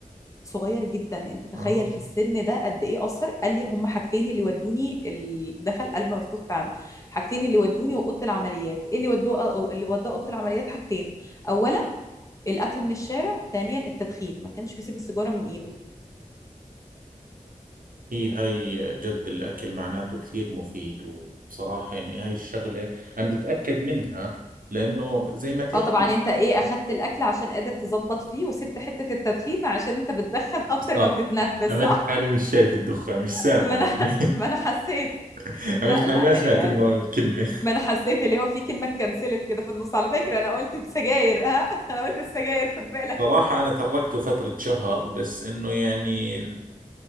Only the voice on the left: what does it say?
صغير جدا انت تخيل
في السن ده قد ايه اثر قال لي هما حاجتين اللي ودوني ال... دخل قلب مفتوح فعلا حاجتين اللي ودوني واوضه العمليات ايه اللي ودوه أو اللي وداه اوضه العمليات حاجتين اولا الاكل من الشارع ثانيا التدخين ما كانش بيسيب السيجاره من ايده
اه طبعا انت ايه اخدت الاكل عشان قادر تظبط فيه وسبت حته التدخين عشان انت بتدخن اكتر
ما بتتنفس
صح
<laughs>
ما انا
ما انا حسيت
لا
لا
يعني
ما انا حسيت اللي هو في كلمه اتكنسلت كده في النص على فكره انا قلت سجاير ها <laughs> انا قلت السجاير خد بالك